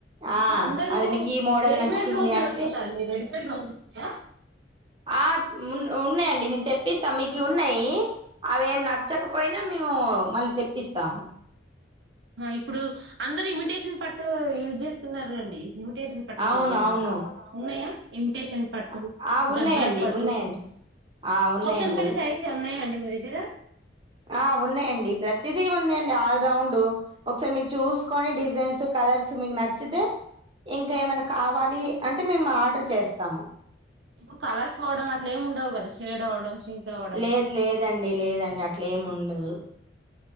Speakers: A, on the right; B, on the right.
A: ఆ!
B: ఇప్పుడు అందరు
A: అదే మీకు ఈ మోడల్
B: రెడీమేడ్
A: నచ్చింది
B: డ్రస్సులు
A: అంటే
B: అడుతున్నారు రెడీ ఎ ప్రన్నాయ
A: ఆ ఉ ఉన్నాయండి మేము తెప్పిస్తాం మీకు ఉన్నాయి అవి ఏమి నచ్చకపోయినా మేము మళ్ళీ తెప్పిస్తాము
B: ఇప్పుడు అందరు ఇమిటేషన్ పట్టు యూజ్ చేస్తున్నారు రండి తేసిన పట్టు
A: అవును.
B: ఏమన్నా
A: అవును.
B: ఉన్నాయా టేషన్ పట్టు
A: అ ఆ! ఉన్నాయండి.
B: గద్వల్ పట్టు
A: ఉన్నాయండి. ఆ ఉన్నాయండి.
B: పోతన్ పలి శ్యారిస్ ఎమయిన ఉన్నాయా అండి మీ దగ్గరా
A: ఆ ఉన్నాయండి ప్రతిదీ ఉన్నాయం ఆల్ రౌండ్ ఒకసారి మీరు చూసుకొని డి డిజైన్స్ కర్స్ మీకు నచ్చి నచ్చితే ఇంకా ఏమైనా కావాలి అంటే మేము ఆర్డర్ చేస్తాము
B: ఇప్పుడు కలర్స్ పోవడం అట్లా ఏమి ఉండవు కదా షేడ్ అవ్వడం షింక్ అవ్వడము
A: లేదు లేదండి లేదండి అట్ల ఏముండ డదు